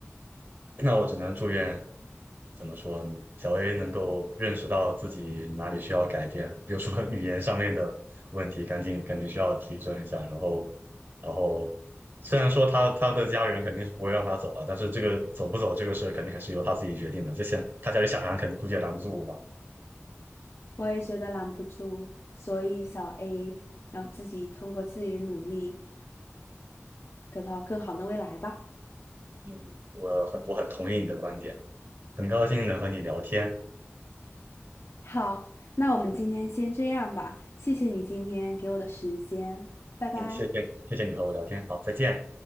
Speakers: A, on the right (about 50°); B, on the left (about 65°).
A: 那我只能祝愿，怎么说呢？小 A 能够认识到自己哪里需要改变，比如说 <laughs> 语言上面的问题，赶紧肯定需要提升一下。然后，然后虽然说他他的家人肯定是不会让他走了，但是这个走不走这个事肯定还是由他自己决定的。这些他家里想拦，肯定估计也拦不住我吧。
B: 我也觉得拦不住，所以小 A 要自己通过自己的努力，得到更好的未来吧。
A: 嗯，我很我很同意你的观点，很高兴能和你聊天。
B: 好，那我们今天先这样吧，谢谢你今天给我的时间，拜拜。
A: 嗯，谢谢谢谢你和我聊天，好，再见。